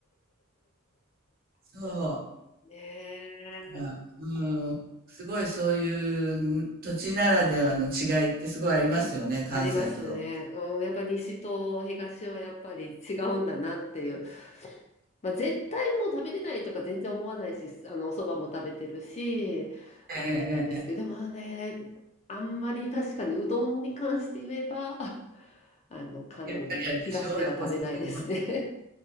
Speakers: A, on the right; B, on the left.
A: そ
B: ねえ。
A: う。すごいそういう土地ならではの違いってすごいありますよね、関西と。
B: ありますね。うん、やっぱ西と東はやっぱり違うんだなっていう。まあ、絶対もう食べれないとか全然思わないし、あの、お蕎麦も食べてるし、あれなんですけど、
A: ええええ
B: でもね、あんまり確かにうどんに関して言えば、<laughs> あの、関東では食べないですね。
A: やっぱりあれでしょ、大阪は。